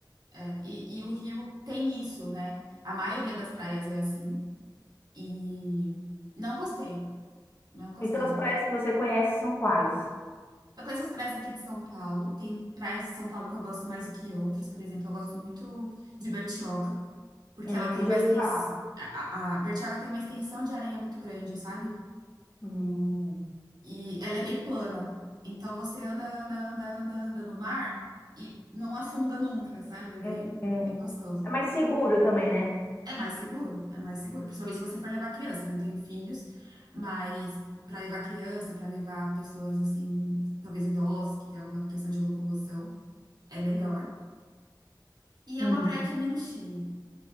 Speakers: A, on the right; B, on the left.
A: é, e, e o Rio tem isso, né? A maioria das praias é assim, e não gostei, não gostei.
B: Então as praias que você conhece são quais?
A: Eu conheço as praias aqui de São Paulo, tem praias de São Paulo que eu gosto mais do que outras, por exemplo, eu gosto muito de Bertioga, porque
B: Hum,
A: ela tem uma
B: já
A: extensão.
B: ouvi falar.
A: A, a a Bertioga tem uma extensão de areia muito grande, sabe?
B: Hum,
A: E ela é bem plana. Então você anda, anda, anda, anda, anda no mar e não afunda nunca, sabe? É bem,
B: hum. hum.
A: bem gostoso.
B: É mais seguro também, né?
A: É mais seguro, é mais seguro. Principalmente se você for levar criança. Eu não tenho filhos, mas para levar criança, para levar pessoas assim, talvez idosas, que tem alguma questão de locomoção, é melhor. E é
B: Hum.
A: uma praia que é menos cheia.